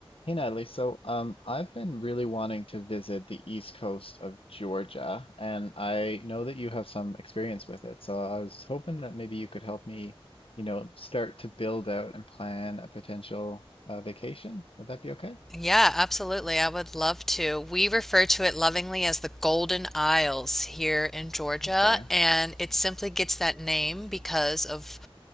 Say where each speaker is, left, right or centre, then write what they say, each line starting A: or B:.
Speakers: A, on the left; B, in the centre.
A: Hey Natalie, so um, I've been really wanting to visit the east coast of Georgia, and I know that you have some experience with it. So I was hoping that maybe you could help me, you know, start to build out and plan a potential uh, vacation. Would that be okay?
B: Yeah, absolutely. I would love to. We refer to it lovingly as the Golden Isles here in Georgia,
A: Okay.
B: and it simply gets that name because of